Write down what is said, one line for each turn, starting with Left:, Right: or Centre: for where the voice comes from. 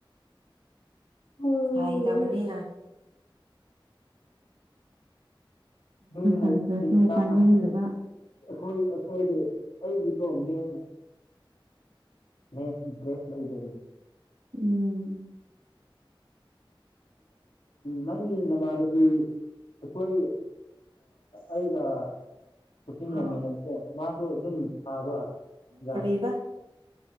Left: ꯅꯣꯏ
Right: ꯍ ꯏꯗꯕꯅꯤꯅ
Left: ꯣꯏ ꯑꯩꯈꯣꯏ
Right: ꯍꯩꯇ꯭ꯔꯁꯨ ꯄꯥꯅꯤꯡꯗꯕ
Left: ꯑꯩꯈꯣꯏꯗꯤ ꯑꯩꯗꯤꯀꯣ ꯃ ꯃ ꯐ꯭ꯔꯦꯁ ꯂ ꯇ
Right: ꯎꯝ
Left: ꯅꯪꯒꯤ ꯅꯃꯥꯟꯅꯕꯤ ꯑꯩꯈꯣꯏ ꯑꯩ ꯑ ꯀꯆꯤꯡ
Right: ꯑꯥ
Left: ꯅꯃꯤꯟꯅꯠꯇꯦ ꯃꯥꯁꯨ ꯑꯗꯨꯝ ꯁꯥꯕ ꯌꯥꯝ
Right: ꯀꯔꯤꯕ